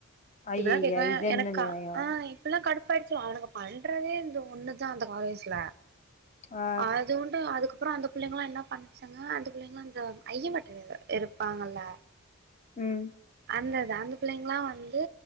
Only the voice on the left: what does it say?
ஐய்யய்ய
இது என்ன
நியாயோ
ஆ
ம்